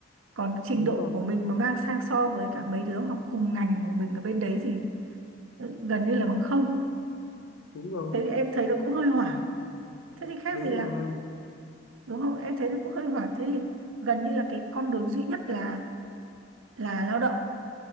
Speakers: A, on the right; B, on the left.
A: còn trình
B: đúng
A: độ
B: rồi
A: của mình mà mang sang so với cả mấy đứa học cùng ngành của mình ở bên đấy thì ừ, gần như là bằng không
B: đúng rồi
A: thế thì em thấy nó cũng hơi hoảng thế thì khác
B: đúng
A: gì là
B: rồi
A: đúng không em thấy nó cũng hơi hoảng thế thì gần như là cái con đường duy nhất là là lao động